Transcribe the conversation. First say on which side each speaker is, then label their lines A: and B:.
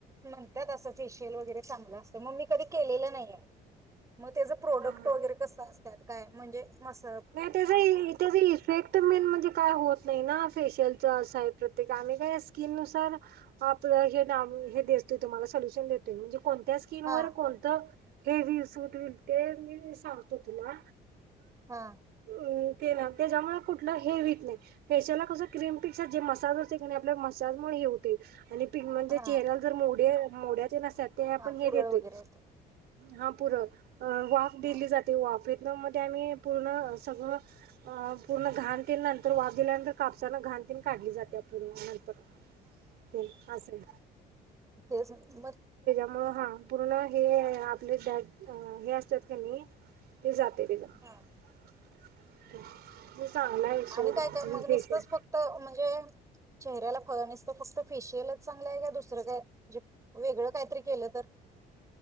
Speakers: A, on the right; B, on the right.
A: मग त्यात असं फेशियल वगैरे चांगलं असतं मग मी कधी केलेलं नाहीय. मग त्याचं प्रोडक्ट
B: हा
A: वगैरे कसं असत्यात? काय म्हणजे मस्त.
B: नाही त्याचा, त्याचा इफेक्ट मेन म्हणजे काय होत नाही ना फेशियल आमचं असंय. प्रत्येक आम्ही काय स्किननुसार आपलं हे देतोय तुम्हाला सोल्यूशन देतोय म्हणजे कोणत्या स्किनवर
A: हा
B: कोणतं ते वि सूट विणते, मी सांगतो तुला.
A: हा
B: अं केला. त्याच्यामुळे कुठलं हे होत नाही. फेशियलला कसं क्रीमपेक्षा जे मसाज असते की नाय आपलं, आपल्या मसाजमुळे हे होतंय. आणि पिग म्हणजे
A: हा
B: चेहऱ्याला जर मोडेय मोड्याचे नस अच्छा ते आपण
A: हा पुरळ
B: हे देतोय.
A: वगैरे असते
B: हा पुूरळ. अं वाफ दिली
A: हा
B: जाते वाफ व्हिएतनाममध्ये आम्ही पूर्ण सगळं अं पूर्ण घाण तेन नंतर वाफ दिल्यानंतर कापसानं घाण तेन काढली जातीया पूर्ण नंत तर असंय.
A: त्यासाठी मध
B: म हा पूर्ण हे आपले ॅ हे असतात कीनाही, ते जात तेच तेच दया मग.
A: हा
B: <inaudible> आहे सोड
A: आणि काय काय मग निसतंच फक्त म्हणजे चेहऱ्याला फळ नसतं फक्त फेशियलच चांगलं आहे का, दुसरं काय म्हणजे, वेगळं कायतरी केलं तर.